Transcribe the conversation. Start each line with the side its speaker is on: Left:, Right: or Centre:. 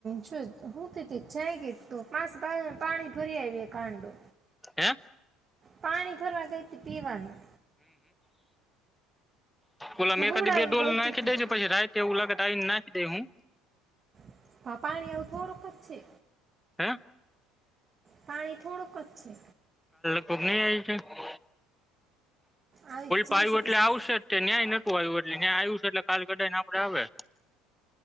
Right: જો હુતિ તીત જાયગી તો <unintelligible> પાણી ભરી આવી કાંડો
Centre: હે
Right: પાણી ભરવા ગઈ તી પીવાનું.
Centre: ઓલામાં
Right: તે હુડાઈને
Centre: એકાદી બે ડોલ
Right: ગઈ હતી
Centre: નાખી
Right: તે
Centre: દે છે પછી <unintelligible> તે એવું લાગત આઈ ન નાખી દે હું.
Right: <unintelligible> પાણી આવું થોડુંક જ છે.
Centre: હે
Right: પાણી થોડુંકજ છે.
Centre: <unintelligible> ઓલ
Right: આવી જ
Centre: પાયું
Right: જશે
Centre: એટલે
Right: પછી
Centre: આવશે જ તે ન્યાય <unintelligible> <unintelligible> ન્યા આવ્યું છે એટલે કાલ કઢાઈને આપડે આવે